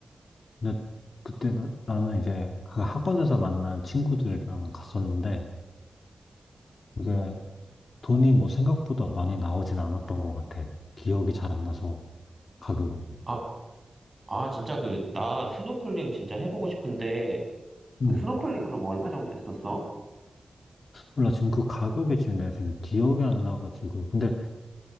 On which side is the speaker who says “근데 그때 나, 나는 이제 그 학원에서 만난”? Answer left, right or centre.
Left